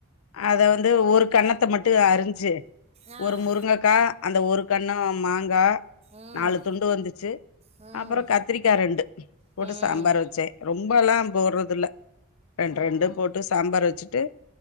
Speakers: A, on the left; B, on the right.
A: அத வந்து ஒரு கண்ணத்த மட்டும் அரிஞ்சு
B: ஆ
A: ஒரு முருங்கைக்கா அந்த ஒரு கண்ணம் மாங்கா
B: ம் ம்
A: நாலு துண்டு வந்துச்சு
B: ம் ம்
A: அப்பறோ கத்திரிக்கா ரெண்டு போட்டு
B: ம்
A: சாம்பார் வச்சேன் ரொம்ப எல்லா போடுறது இல்ல ரெண்டு ரெண்டு போட்டு சாம்பார் வச்சுட்டு